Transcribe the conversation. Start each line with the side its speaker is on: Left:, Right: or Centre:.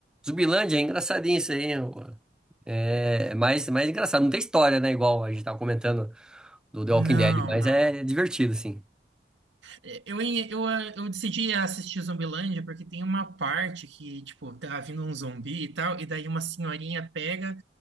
Centre: Zumbilândia é engraçadinho isso aí, hein, pô. É é mais, mais engraçado. Não tem história, né? Igual a gente tava comentando do The
Right: Não,
Centre: Walking Dead, mas
Right: não.
Centre: é divertido, assim.
Right: É, Eu, em- eu, ah, eu decidi assistir Zumbilândia porque tem uma parte que, tipo, tá vindo um zumbi e tal, e daí uma senhorinha pega.